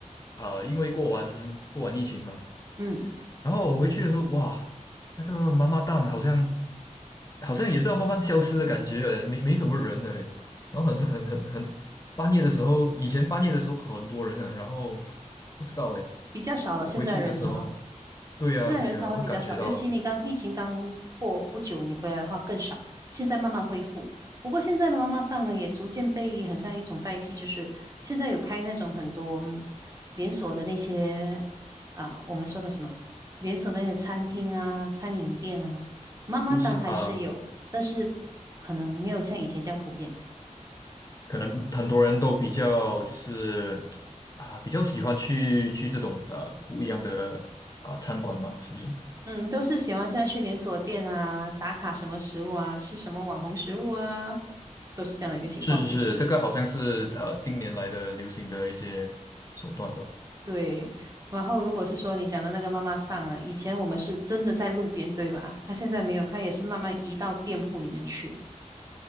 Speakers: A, on the left; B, on the right.
A: 呃，因为过完过完疫情嘛。
B: 嗯，
A: 然后我回去的时候，哇，那个妈妈档好像好像也是要慢慢消失的感觉了，没没什么人了嘞。然后很是很很很半夜的时候，以前半夜的时候很多人呢，然后不知道诶，
B: 比较少了，
A: 我回去的时候，
B: 现在人潮。
A: 对呀对呀，
B: 现在人才会比较少，
A: 我感觉到
B: 尤其你刚疫情刚过不久，你回来的话更少。现在慢慢恢复，不过现在的妈妈档呢，也逐渐被很像一种代替，就是现在有开那种很多嗯连锁的那些啊，我们说的什么连锁的那些餐厅啊、餐饮店啊，妈妈档还是有，
A: 是不是啊？
B: 但是可能没有像以前这样普遍。
A: 可能很多人都比较就是啊，比较喜欢去去这种呃不一样的啊餐馆嘛，是不是？
B: 嗯，都是喜欢现在去连锁店啊，打卡什么食物啊，吃什么网红食物啊，都是这样的一个情况哦。
A: 是是是，这个好像是呃近年来的流行的一些手段吧。
B: 对，然后如果是说你讲的那个妈妈桑啊，以前我们是真的在路边，对吧？她现在没有，她也是慢慢移到店铺里面去了。